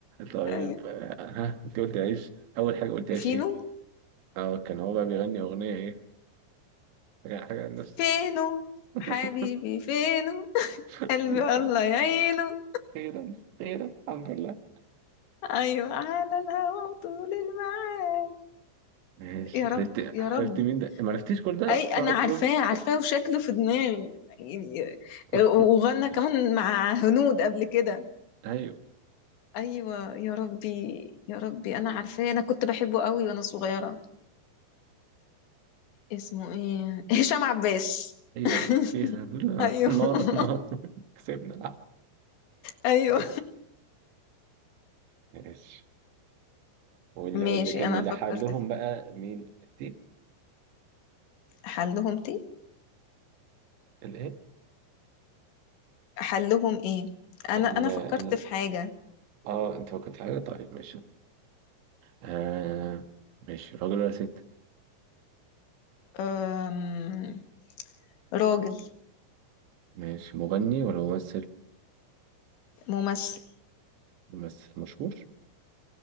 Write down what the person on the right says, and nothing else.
طيب
آه، ها انت قلت عيش اول حاجه قلت عيش
ايه؟ اه كان هو بقى بيغني اغنيه ايه حاجه حاجه الناس
<laughs>
لسه
خيرا خيرا <laughs> الحمد لله
ماشي
عرفت
عرفت
مين ده ما عرفتيش كل ده
اوعى
تقولي
<laughs>
ايوه
ايوه
اخيرا <laughs>
ما
ما كسبنا العب
ماشي ماشي. واللي
واللي كان
بيلحق
لهم
بقى
مين دي
الايه
ال
ال-
اه انت فكرت في حاجه طيب ماشي آه ماشي راجل ولا ست
ماشي مغني ولا ممثل
ممثل مشهور